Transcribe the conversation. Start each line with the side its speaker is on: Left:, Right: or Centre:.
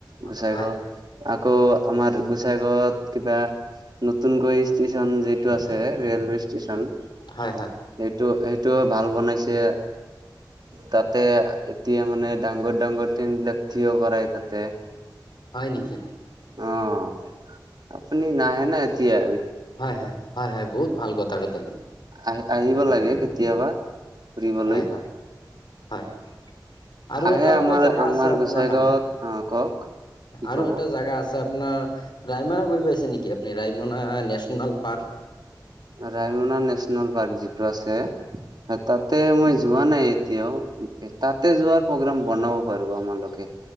Right: গুচাই
Left: হয়।
Right: গাওঁ। আকৌ আমাৰ গো গুচাই গাওঁত কিবা নতুনকৈ ষ্টেচন যিটো আছে ৰেলৱেষ্ট <unintelligible>
Left: হয় হয়
Right: সেইটো-সেইটো ভাল বনাইছে। তাতে এতিয়া মানে ডাঙৰ-ডাঙৰ ট্ৰেইন বিলাক থিয় কৰাই তাতে।
Left: হয় নেকি?
Right: অ', আপুনি নাহে না এতিয়া?
Left: হয়-হয়, হয়-হয় বহুত ভাল কথা কথা
Right: আহি-আহিব লাগে কেতিয়াবা ফুৰিবলৈ।
Left: হয় হয় হয়। আৰু
Right: আহে
Left: এটা আপোনাৰ
Right: আমাৰ
Left: জেগা
Right: আমাৰ
Left: আছে আপোনাৰ
Right: গোচাইগাঁৱত
Left: হয়,
Right: অ কওক কি
Left: আৰু
Right: কব
Left: এটা জেগা আছে। আচ্ছা আপোনাৰ ৰায়মনা গৈ পাইছে নেকি আপুনি Raimona national park?
Right: Raimona national park যিটো আছে। হয়, তাতে মই যোৱা নাই এতিয়াও। তাতে যোৱাৰ প্ৰগ্ৰাম বনাব পাৰোঁ আমালোকে।